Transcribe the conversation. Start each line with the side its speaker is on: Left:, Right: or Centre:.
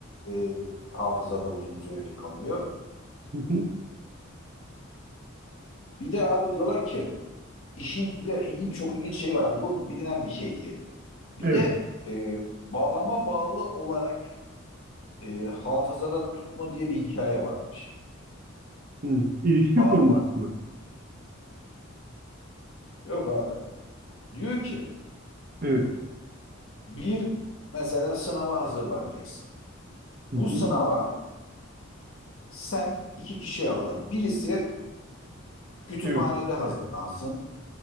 Left: e, hafızada uzun süreli kalıyor.
Right: Hı hı.
Left: Bir de abi diyorlar ki İşin bir de ilginç çok ilginç şey var. Hadi bu bilinen bir şey diyelim. Bir
Right: Evet.
Left: de e, bağlama bağlı olarak e, hafızada tutma diye bir hikaye varmış.
Right: Hı. İlişki
Left: Bağlam.
Right: kurmak mı?
Left: Yok abi. Diyor ki
Right: Evet.
Left: bir mesela sınava hazırlanacaksın.
Right: Hı
Left: Bu
Right: hı.
Left: sınava sen iki kişi alalım. Birisi kütüphanede
Right: Evet.
Left: hazırlansın.